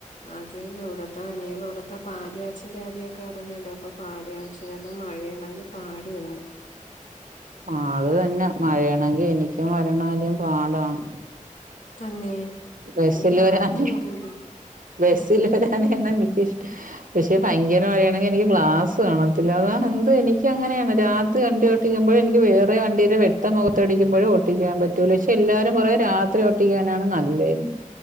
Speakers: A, on the left; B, on the right.
A: അതന്നെ ഇവിടത്തെ ഇനിപ്പ ഇവിടത്തെ പാല്യാച്ചിന്റെ കാര്യവൊക്കെ അറിഞ്ഞല്ലോ. അപ്പം പാല് കാ ച്ചിനൊക്കെ മഴയാണെങ്കി പാട് തന്നെ.
B: പാട് തന്നെ. മഴയാണെങ്കി എനിക്കും വരണ കാര്യം പാടാണ്.
A: തന്നെ
B: ബസ്സില്
A: നീ കാറ്‌ല്
B: വരാന്
A: വരൂടി
B: ബസ്സില് വരാനാണ് എനിക്കിഷ്ടം പക്ഷെ ഭയങ്കര മഴയാണെങ്കി എനിക്ക് ഗ്ലാസ് കാണത്തില്ല അതാണ് എന്ത് എനിക്ക് അങ്ങനെയാണ് രാത്രി വണ്ടി യോട്ടിക്കുമ്പോ എനിക്ക് വേറെ വണ്ടീരെ വെട്ടം മുഖത്ത്ടിക്കുമ്പോയും ഒട്ടിക്കാൻ പറ്റൂല പക്ഷെ എല്ലാരും പറയും രാത്രി ഓട്ടിക്കാനാണ് നല്ലേന്ന്